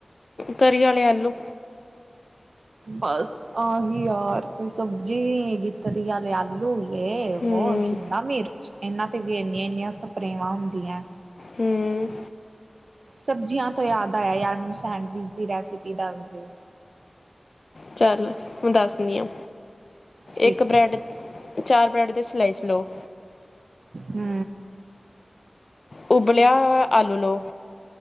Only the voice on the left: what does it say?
ਤਰੀ ਵਾਲੇ ਆਲੂ।
ਹੂੰ
ਹੂੰ
ਚੱਲ ਹੁ ਦੱਸਦੀ ਆ
ਇੱਕ ਬ੍ਰੈਡ
ਤ ਚਾਰ ਬਰੈਡ ਦੀ ਸਲਿਏਸ ਲਓ।
ਓਬਲਯਾ ਆਲੂ ਲੋ।